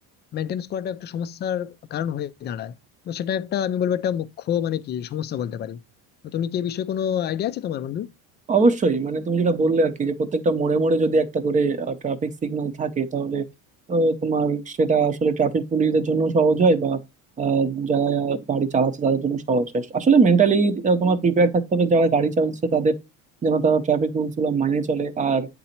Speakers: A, on the left (about 30°); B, on the right (about 20°).
A: মেনটেন্স করাটা একটু সমস্যার কারণ হয়ে দাঁড়ায় তো সেটা একটা আমি বলবো একটা মুখ্য মানে কি সমস্যা বলতে পারি তো তুমি কি এই বিষয়ে কোনো আইডিয়া আছে তোমার বন্ধু
B: অবশ্যই মানে তুমি যেটা বললে আর কি যে প্রত্যেকটা মোড়ে মোড়ে যদি একটা করে ট্রাফিক সিগন্যাল থাকে তাহলে আহ, তোমার সেটা আসলে ট্রাফিক পুলিশদের জন্য সহজ হয় বা আহ, যারা গাড়ি চালাচ্ছে তাদের জন্য সহজ হয় আসলে মেন্টালি তোমার প্রিপেয়ার থাকতে হবে যারা গাড়ি চালাচ্ছে তাদের যেন তারা ট্রাফিক রুলস গুলো মাইনে চলে আর